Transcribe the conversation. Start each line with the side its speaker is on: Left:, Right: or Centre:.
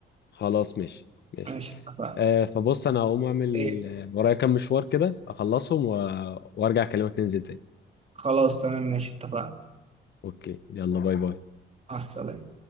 Left: خلاص ماشي ماشي
Right: ماشي اتفقنا
Left: آه فبص انا هقوم اعمل
Right: ايه
Left: آه، ورايا كام مشوار كده اخلصهم و... وارجع اكلمك ننزل تاني
Right: خلاص تمام ماشي اتفقنا
Left: اوكي يلا باي باي
Right: مع السلامه